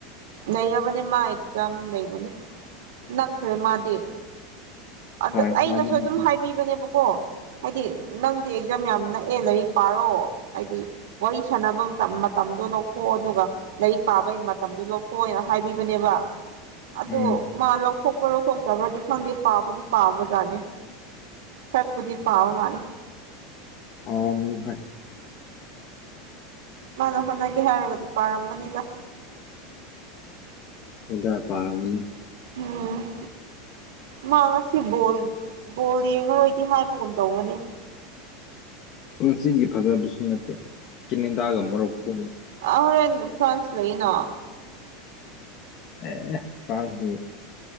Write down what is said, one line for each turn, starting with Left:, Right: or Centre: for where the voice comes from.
Right: ꯂꯩꯔꯕꯅꯤ ꯃꯥ ꯑꯦꯛꯖꯥꯝ ꯂꯩꯕꯅꯤ ꯅꯛꯈ꯭ꯔꯦ ꯃꯥꯗꯤ ꯑꯗ
Left: ꯍꯣꯏ
Right: ꯑꯩꯅꯁꯨ
Left: ꯃꯥꯗꯤ ꯎꯝ
Right: ꯑꯗꯨꯝ ꯍꯥꯏꯕꯤꯕꯅꯦꯕꯀꯣ ꯍꯥꯏꯗꯤ ꯅꯪꯗꯤ ꯖꯝ ꯌꯥꯝ ꯅꯛꯑꯦ ꯂꯥꯏꯔꯤꯛ ꯄꯥꯔꯣ ꯍꯥꯏꯗꯤ ꯋꯥꯔꯤ ꯁꯥꯟꯅꯕ ꯃꯇꯝ-ꯃꯇꯝꯗꯣ ꯂꯧꯊꯣꯛꯑꯣ ꯑꯗꯨꯒ ꯂꯥꯏꯔꯤꯛ ꯄꯥꯕꯒꯤ ꯃꯇꯝꯗꯣ ꯂꯧꯊꯣꯛ ꯍꯣꯏꯅ ꯍꯥꯏꯕꯤꯕꯅꯦꯕ ꯑꯗꯣ
Left: ꯎꯝ
Right: ꯃꯥ ꯂꯧꯊꯣꯛ ꯂꯣꯊꯣꯛꯇꯕ꯭ꯔꯗꯤ ꯈꯥꯗꯦ ꯄꯥꯕꯗꯤ ꯄꯥꯕꯖꯅꯦ ꯈ꯭ꯔꯕꯨꯗꯤ ꯄꯥꯕ ꯃꯜꯂꯦ
Left: ꯄꯔ꯭ꯝꯅꯤ ꯍꯣꯏ
Right: ꯃꯥꯅ ꯍꯣꯠꯅꯒꯦ ꯍꯥꯏꯔꯒꯗꯤ ꯄꯥꯔꯝꯒꯅꯤꯗ
Left: ꯍꯣꯏꯗꯥ ꯄꯥꯔꯝꯃꯅꯤ
Right: ꯎꯝ ꯃꯥ ꯉꯁꯤ ꯕꯣꯜ-ꯕꯣꯜ ꯌꯦꯡꯉꯔꯣꯏꯗꯤ ꯍꯥꯏꯕꯒꯨꯝ ꯇꯧꯕꯅꯦ
Left: ꯉꯁꯤꯒꯤ ꯐꯖꯕꯁꯨ ꯅꯠꯇꯦ ꯀꯦꯅꯦꯗꯥꯒ ꯃꯔꯨꯛꯀꯣ
Right: ꯑꯣꯔꯦꯟ ꯐ꯭ꯔꯥꯟꯁ ꯂꯩꯅ
Left: ꯑꯦ ꯐꯔ꯭ꯟꯁꯒꯤ